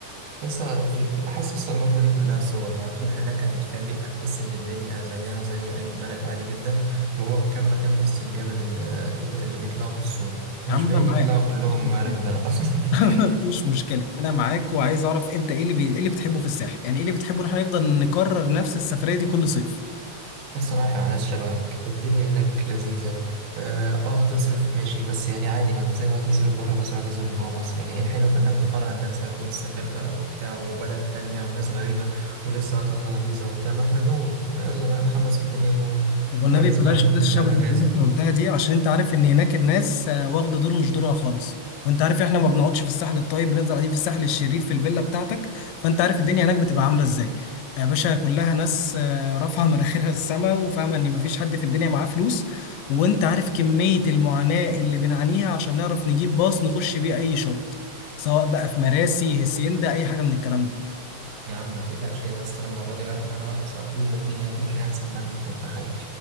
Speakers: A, on the right; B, on the left.
A: لسه فلبين حاسس لسه اوروبا دي كلها صور وهتروح هناك هتتفاجئ هتحس ان الدنيا زيها زي اي بلد عادي جدا وهو الكم مكان بس الجامد اللي, اللي بيطلعوا في الصوره ومش
B: يا عم
A: بعيد
B: انا معاك
A: يطلعوا كلهم
B: <laughs>
A: ريندر اصلا <laughs>
B: مفيش مشكلة أنا معاك وعايز أعرف أنت إيه اللي بي... إيه اللي بتحبه في الساحل يعني إيه اللي بتحبه إن إحنا نفضل نكرر نفس السفرية دي كل صيف
A: لسه رايح مع ناس شبهك الدنيا هناك لذيذة اه آه، هتصرف ماشي بس يعني عادي ما انت زي ما هتصرف بره مصر هتصرف جوه مصر يعني ايه الحلو في انك تفرهد نفسك وتسافر بقى وبتاع وبلد تانية وناس غريبة ولسه هطلع فيزا وبتاع ما احنا جوه ما يلا بقى نخلص الدنيا جوه
B: طب والنبي
A: هما الاسبوعين
B: بلاش
A: اللي
B: ناس
A: بتوع
B: شبه
A: الاجازة
B: اللي انت قلتها دي عشان انت عارف ان هناك الناس آه، واخده دور مش دورها خالص وانت عارف احنا ما بنقعدش في الساحل الطيب بنفضل قاعدين في الساحل الشرير في الفيلا بتاعتك فانت عارف الدنيا هناك بتبقى عامله ازاي يا باشا كلها ناس آه، رافعه مناخيرها السما وفاهمه ان مفيش حد في الدنيا معاه فلوس وانت عارف كميه المعاناه اللي بنعانيها عشان نعرف نجيب باص نخش بيه اي شط سواء بقى في مراسي هسيندا اي حاجه من الكلام ده
A: يا عم ما تقلقش إيه ده بس انا المرة دي رايح معانا واحد صاحبي والدنيا هتمشي احسن ما انت متخيل